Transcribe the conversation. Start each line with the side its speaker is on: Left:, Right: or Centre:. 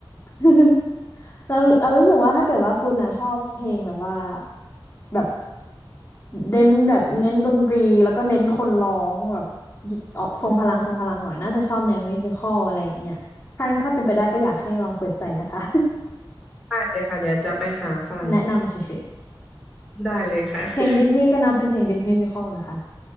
Left: <laughs> แล้วเรารู้สึกว่าถ้าเกิดว่าคุณนะชอบเพลงแบบว่าแบบเน้นแบบเน้นดนตรีแล้วก็เน้นคนร้องแบบออกทรงพลังทรงพลังหน่อยน่าจะชอบแนวมิวสิคอลอะไรอย่างเงี้ยถ้าถ้าเป็นไปได้ก็อยากให้ลองเปิดใจนะคะ
Centre: อืมได้เลยค่ะเดี๋ยวจะไปหาฟัง
Left: แนะนำเฉย
Centre: ได้เลยค่ะ
Left: ๆ
Centre: <laughs>
Left: เพลงดิสนีย์ก็นับเป็นเพลงมิวสิคอลนะคะ